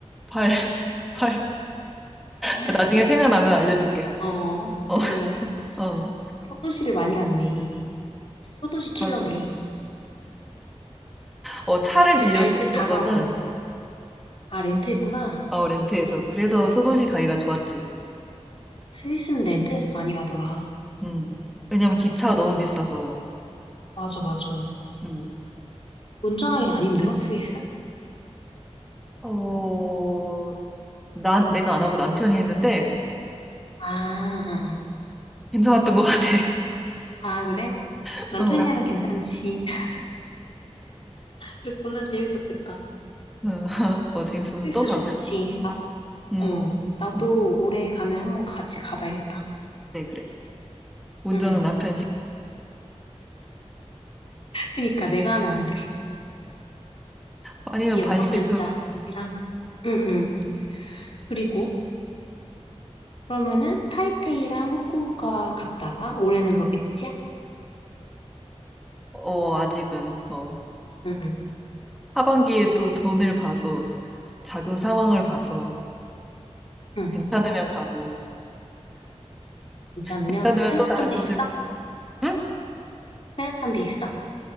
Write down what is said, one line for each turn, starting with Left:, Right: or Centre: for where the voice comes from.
Centre: 발, <laughs> 발.
Left: 알.
Centre: 아, 나중에 생각나면 알려줄게.
Left: 어,
Centre: 어,
Left: 그래, 그래.
Centre: 어,
Left: 소도시를 많이 갔네. 소도시 킬러네.
Centre: 알았어. 어, 차를
Left: 이제
Centre: 빌렸거든.
Left: 갈 때 다 가고. 아, 렌트했구나.
Centre: 어, 렌트해서. 그래서 소도시 가기가 좋았지.
Left: 스위스는 렌트해서 많이 가더라.
Centre: 음. 왜냐면 기차가 너무 비싸서.
Left: 맞아, 맞아.
Centre: 음.
Left: 운전하긴 안 힘들어, 스위스?
Centre: 어, 난, 내가 안 하고 남편이 했는데
Left: 아, 아,
Centre: 괜찮았던 것 같아.
Left: 아, 그래?
Centre: <laughs>
Left: 남편이
Centre: 어,
Left: 하면 괜찮지. <laughs> 그랬구나, 재밌었겠다.
Centre: 어, <laughs> 어, 재밌어서
Left: 스위스
Centre: 또 가고
Left: 좋지.
Centre: 싶어.
Left: 나,
Centre: 음,
Left: 어, 나도
Centre: 음.
Left: 올해 가면 한 번 같이 가봐야겠다.
Centre: 네, 그래. 운전은
Left: 응.
Centre: 남편이 직접
Left: 그니까 내가 하면 안 돼.
Centre: 아니면
Left: 여기
Centre: 반씩
Left: 여섯 글자,
Centre: 하고
Left: 거기랑. 응, 응. 그리고 그러면은 타이페이랑 후쿠오카 갔다가 올해는 그렇게 끝이야?
Centre: 어 아직은 어
Left: 응, 응,
Centre: 하반기에 또 돈을 봐서 자금 상황을 봐서
Left: 응.
Centre: 괜찮으면 가고
Left: 괜찮으면
Centre: 괜찮으면
Left: 아, 생각한
Centre: 또 다른
Left: 데
Centre: 곳을
Left: 있어?
Centre: 가고 응?
Left: 생각한 데 있어?